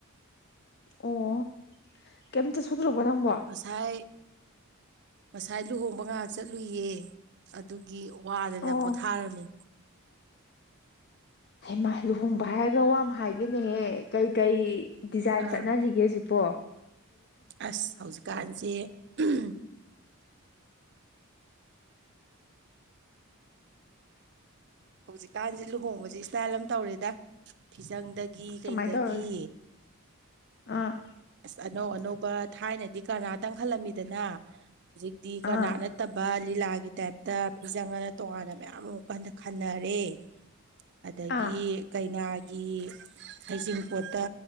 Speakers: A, on the left; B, on the right.
A: ꯑꯣ ꯀꯩꯝꯇ ꯊꯣꯛꯇ꯭ꯔꯕꯣ ꯅꯪꯕꯣ
B: ꯉꯁꯥꯏ ꯉꯁꯥꯏ ꯂꯨꯍꯣꯡꯕ ꯉꯥꯏꯍꯥꯛ ꯆꯠꯂꯨꯏꯌꯦ ꯑꯗꯨꯒꯤ ꯋꯥꯗꯅ
A: ꯑꯣ
B: ꯄꯣꯊꯥꯔꯝꯃꯤ
A: ꯍꯩꯃꯥ ꯂꯨꯍꯣꯡꯕ ꯍꯥꯏꯔꯒ ꯋꯥ ꯑꯃ ꯍꯥꯏꯒꯦꯅꯦꯍꯦ ꯀꯩ ꯀꯩ ꯗꯤꯖꯥꯏꯟ
B: ꯑꯥ
A: ꯆꯠꯅꯔꯤꯒꯦ ꯍꯧꯖꯤꯛ ꯕꯣ
B: ꯑꯁ ꯍꯧꯖꯤꯛꯀꯥꯟꯁꯦ ꯑꯍꯝ ꯍꯧꯖꯤꯛꯀꯥꯟꯁꯦ ꯂꯨꯍꯣꯡꯕꯁꯦ ꯏꯁꯇꯥꯏꯜ ꯑꯃ ꯇꯧꯔꯦꯗ ꯐꯤꯖꯪꯗꯒꯤ
A: ꯀꯃꯥꯏ
B: ꯀꯩꯗꯒꯤ
A: ꯇꯧꯔꯒꯦ ꯑꯥ
B: ꯑꯁ ꯑꯅꯧ ꯑꯅꯧꯕ ꯊꯥꯏꯅꯗꯤ ꯀꯔꯅꯥꯠ ꯇꯪ ꯈꯜꯂꯝꯃꯤꯗꯅ ꯍꯧꯖꯤꯛꯇꯤ ꯀꯔꯅꯥꯠ
A: ꯑꯥ
B: ꯅꯠ ꯅꯠꯇꯕ ꯂꯤꯂꯥꯒꯤ ꯇꯥꯏꯞꯇ ꯐꯤꯖꯪꯑꯥꯅ ꯇꯣꯉꯥꯟꯅ ꯃꯌꯥꯝ ꯑꯃꯨꯛꯀ ꯈꯟꯅꯔꯦ ꯑꯗꯒꯤ
A: ꯑꯥ
B: ꯀꯩꯅꯥꯒꯤ ꯍꯩꯖꯤꯡꯄꯣꯠꯇ